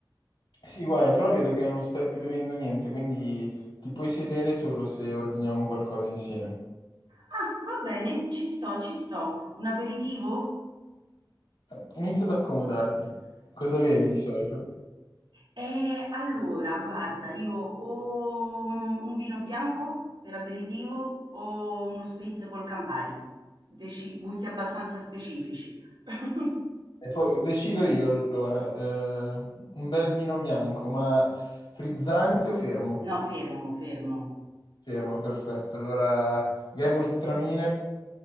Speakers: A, on the left (about 80°); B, on the right (about 80°).
A: Sì, guarda, però vedo che non stai bevendo niente, quindi ti puoi sedere solo se ordiniamo qualcosa insieme.
B: Ah, va bene, ci sto, ci sto. Un aperitivo?
A: Eh, Inizia ad accomodarti. Cosa bevi di solito?
B: Ehm, allora guarda io o un un vino bianco per aperitivo o uno spritz col Campari. Deci gusti abbastanza specifici. <laughs>
A: E poi decido io allora, eh, un bel vino bianco, ma frizzante o fermo?
B: No, fermo, fermo.
A: Fermo, perfetto. Allora, Gewürztraminer.